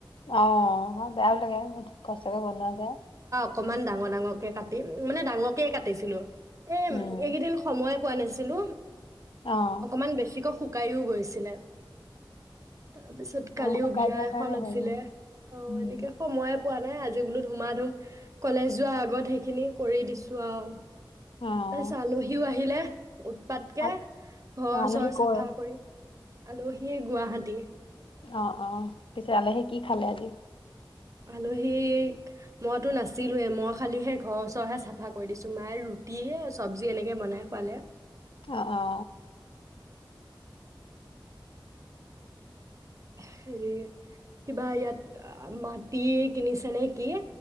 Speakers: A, on the left (about 85°); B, on the right (about 40°).
A: অ' বেয়াও লাগে কষ্টকে বনোৱা যায়।
B: অকনমান ডাঙৰ, ডাঙৰ কে কাটিম। মানে ডাঙৰকে কাটি ছিলো। এ
A: উম।
B: এইকেইদিন সময়ে পোৱা নাছিলো।
A: অ'
B: অকমান বেছি শুকাইও গৈছিলে। তাৰপিছত কালিও
A: অ' শুকাই
B: বিয়া
A: যোৱাৰ
B: এখন
A: কাৰণে
B: আছিলে,
A: হেৰি
B: অ',
A: উম
B: এনেকে সময়ে পোৱা নাই আজি বোলো ধুমা ধুম কলেজ যোৱাৰ আগত সেইখিনি কৰি দিছোঁ আউ।
A: অ'
B: আলহীও আহিলে উৎপাতকে
A: আল
B: ঘৰ
A: আলহী
B: চৰ চাফা
A: কৰ
B: কৰি আলহীয়ে গুৱাহাটীৰ।
A: অ' অ' পিছে আলহী কি খালে আজি?
B: আলহীক, মইতো নাছিলোৱেই, মই খালি সেই ঘৰৰ ওচৰহে চাফা কৰি দিছোঁ, মায়ে ৰুটিয়ে, চব্জি এনেকে বনাই খুৱালে।
A: অ', অ'।
B: হেৰি কিবা ইয়াত মাত তি কিনিছ নে কি